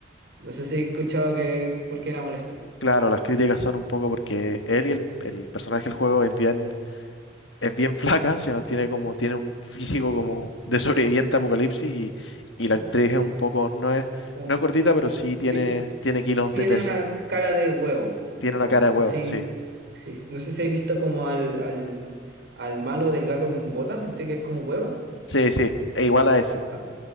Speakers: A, on the right; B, on the left.
A: no sé si he escuchado que por qué la molestan,
B: Claro, las críticas son un poco porque Ellie, el, el personaje del juego, es bien, es bien flaca, se mantiene como, tiene un físico
A: sí.
B: como de sobreviviente a apocalipsis y, y la
A: sí.
B: actriz es un poco, no es,
A: Como,
B: no es gordita, pero sí tiene,
A: ti-
B: tiene kilos
A: tiene
B: de peso.
A: una cara de huevo,
B: Tiene
A: en ¿verdad?
B: una cara
A: No
B: de huevo,
A: sé si,
B: sí.
A: si- no sé si has visto como al, al, al malo del gato con botas, este que es como un huevo.
B: Sí, sí, e igual a ese.
A: Ah,